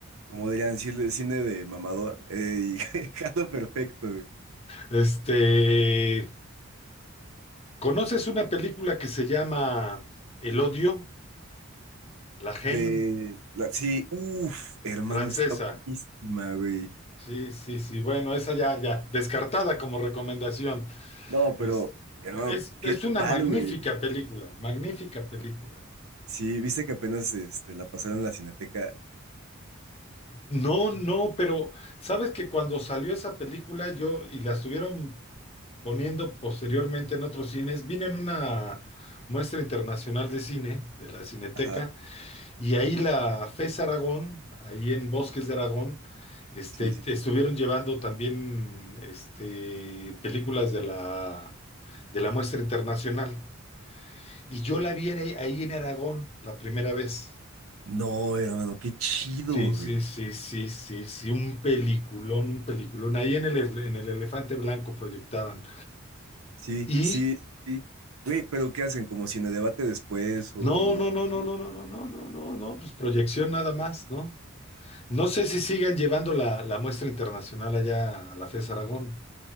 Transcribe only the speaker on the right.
como dirían, cine cine de mamador, eh, y <laughs> jalo perfecto,
De la, sí, uff, hermano,
está buenísima, güey.
No,
pero, hermano,
¿qué
tal,
güey?
Sí, viste que apenas este, la pasaron en la Cineteca.
Ajá,
sí, sí,
sí.
No, hermano, qué chido,
güey.
Sí,
sí, sí. Güey, pero ¿qué hacen? ¿Como cine debate después o
así?